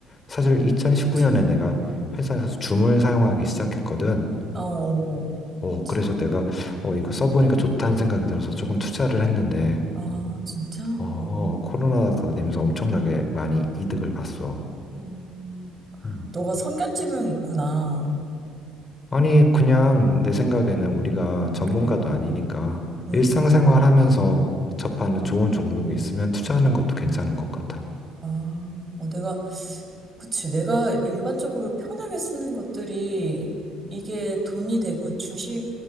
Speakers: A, on the left (about 35°); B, on the right (about 25°).
A: 사실 2019년에
B: 그치.
A: 내가 회사에서 줌을 사용하기 시작했거든.
B: 어, 어,
A: 어,
B: 그치.
A: 그래서 내가 어, 이거 써보니까 좋다는 생각이 들어서 조금 투자를 했는데,
B: 아, 진짜?
A: 어,
B: 어.
A: 코로나가 되면서 엄청나게 많이 이득을 봤어.
B: 음,
A: 음.
B: 너가 성견지명 있구나.
A: 아니, 그냥 내 생각에는 우리가
B: 음,
A: 전문가도
B: 어,
A: 아니니까
B: 음,
A: 일상생활
B: 음, 음.
A: 하면서 접하는 좋은 종목이 있으면 투자하는 것도 괜찮은 것 같아.
B: 아, 뭐 내가, 그치. 내가 일반적으로 편하게 쓰는 것들이 이게 돈이 되고 주식,